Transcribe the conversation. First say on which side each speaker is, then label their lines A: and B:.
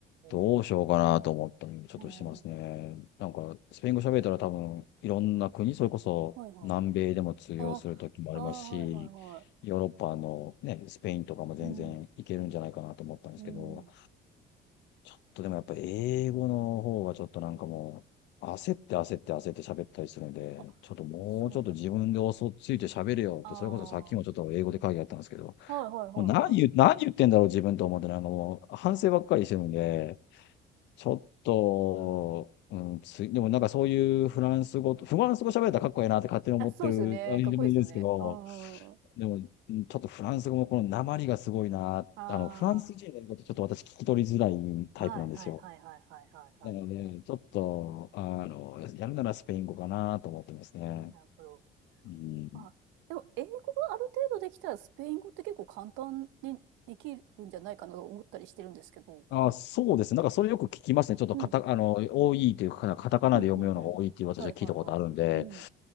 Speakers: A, on the left; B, on the right.
A: どうしようかなと思ったりちょっとしてますね。
B: お、ああ、
A: なんか、スペイン語喋ったら多分、いろんな国、それこそ南米でも通用する時もありますし、
B: はいはい。あ、ああ、はいはいは
A: ヨーロッパのね、スペインとかも全然いけるんじゃないかなと思ったんですけど、
B: い。うん、うん。
A: ちょっとでもやっぱ英語の方がちょっとなんかもう、焦って焦って焦って喋ったりするんで、
B: あ、
A: ちょっともうちょっと自分で嘘をついて喋れよって、
B: そうなの。ああ、
A: それこそさっきもちょっと英語で会議やったんですけど、
B: はいはいはいはい。
A: もう何言う、何言ってんだろう自分と思って、なんかもう反省ばっかりしてるんで、ちょっと、
B: <laughs> ああ
A: うん、つい、でもなんかそういうフランス語と、フランス語喋れたらかっこいいなって勝手に思ってる、
B: あ、そうですよね。
A: あれでもいいんですけど、
B: かっこいいですよね。うんうんうん。
A: でも、うんちょっとフランス語もこの訛りがすごいな、
B: あ
A: あの、フランス人の言うことちょっと私聞き取りづらいタイプなんですよ。
B: あ、はいはいはいはいはいはいはい。
A: なので、ちょっと、あの、やるならスペイン語かなと思ってますね。
B: なるほど。
A: うん。
B: まあ、でも、英語がある程度できたら、スペイン語って結構簡単にできるんじゃないかなと思ったりしてるんですけど。
A: あ、そうですね。なんかそれよく聞きますね。ちょっとカタ、
B: うん、
A: あの、多いというか、カタカナで読むようなのが多いっていう私は聞いたことあるんで、
B: うん、うん、うん。はいはいはい。うん、